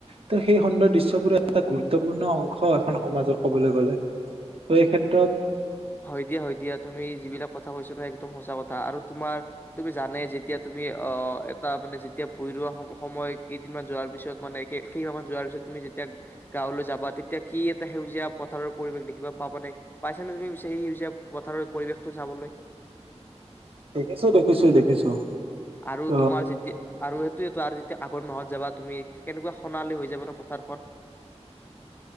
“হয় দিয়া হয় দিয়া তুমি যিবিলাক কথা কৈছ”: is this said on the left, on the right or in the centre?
Left